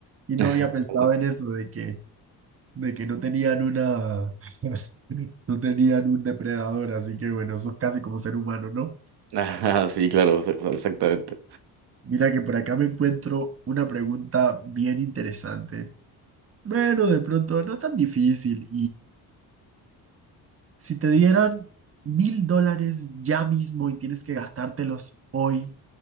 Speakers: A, on the right (about 35°); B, on the right (about 70°).
A: Y no
B: <laughs>
A: había pensado en eso, de que, de que no tenían una, <laughs> no tenían un depredador. Así que bueno, eso es casi como ser humano, ¿no?
B: Ah, sí, claro, o sea, o sea, exactamente.
A: Mira que por acá me encuentro una pregunta bien interesante. Bueno, de pronto no es tan difícil Si te dieran mil dólares ya mismo y tienes que gastártelos hoy,